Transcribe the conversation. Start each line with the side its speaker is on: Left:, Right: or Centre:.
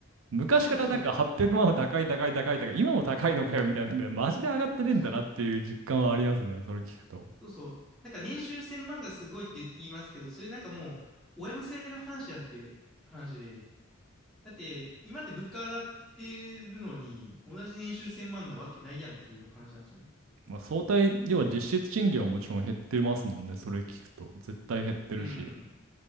Right: 昔からなんか800万は高い高い高い高い、
Centre: そうそうそう。
Right: 今も高いのかよみたいなんで、マジで上がってねえんだなっていう実感はありますね、
Centre: そうそう。
Right: それ聞くと。
Centre: そうそう。なんか年収1000万がすごいって言いますけど、それなんかもう、親の世代の話なんて話で。だって、今って物価上がってるのに、同じ年収1000万なわけないやんっていう話なんですよね。
Right: まあ、相対、要は実質賃金はもちろん減ってますもんね。それ聞くと。絶対減ってるし、
Centre: うん。